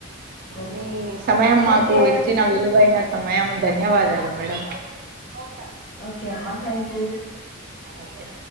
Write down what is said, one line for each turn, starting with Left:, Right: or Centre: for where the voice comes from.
Left: ఓకే
Right: మీ సమయం మాకు
Left: ఓకే
Right: ఇచ్చిన విలువైన సమయం ధన్యవాదాలు మేడం ప్రోగ్రాం
Left: ఓకే అమ్మా థ్యాంక్ యూ
Right: ఓకే